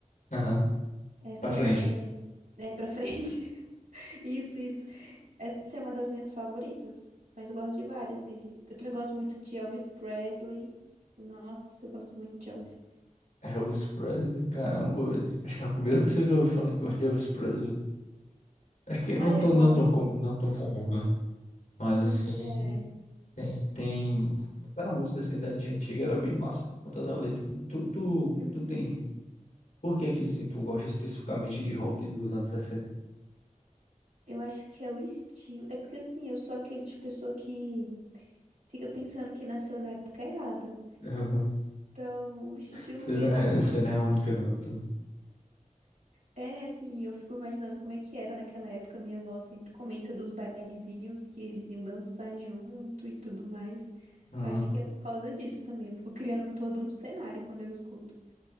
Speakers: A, on the left; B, on the right.
A: Aham.
B: Essa
A: Pra frente.
B: é uma das minhas. <laughs> É, pra frente. <laughs> Isso, isso. Essa é uma das minhas favoritas, mas eu gosto de várias deles. Eu também gosto muito de Elvis Presley. Nossa, eu gosto muito de Elvis.
A: Elvis Presley, caramba, velho. Acho que é a primeira pessoa que eu ouvi falar que gosta de Elvis Presley. Acho que
B: Ai,
A: não tão,
B: é bom.
A: não tão comum, não tão comum, né? Mas
B: Hum,
A: assim,
B: é.
A: tem, tem... Cara, a música assim da- de antiga era bem massa por conta da letra. Tu, tu,
B: Uhum.
A: tu tem... Por que é que assim, tu gosta especificamente de rock dos anos sessenta?
B: Eu acho que é o estilo. É porque, assim, eu sou aquele tipo de pessoa que fica pensando que nasceu na época errada.
A: Aham.
B: Então, o estilo
A: Você
B: mesmo
A: não é, você não é a única, não. Tu-
B: É, assim, eu fico imaginando como é que era naquela época. Minha avó sempre comenta dos bailezinhos que eles iam dançar junto e tudo mais.
A: Aham.
B: Eu acho que é por causa disso também. Eu fico criando todo um cenário quando eu escuto.